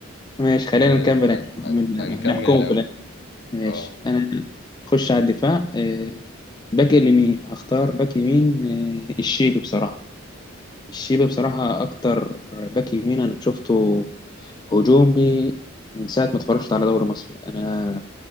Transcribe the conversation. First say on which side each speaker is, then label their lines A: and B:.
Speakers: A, on the left (about 20°); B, on the left (about 60°).
A: ماشي خلينا
B: آه،
A: نكمل
B: هن-
A: هنشوف
B: هن-
A: مين اللي-
B: هنكمل
A: هنحكمه
B: الاول
A: في الاخر ماشي
B: اه
A: انا اخش على الدفاع آه، باك اليمين هختار باك يمين آه، الشيبي بصراحة الشيبي بصراحة اكتر باك يمين انا شفته هجومي من ساعة ما اتفرجت على دوري مصر انا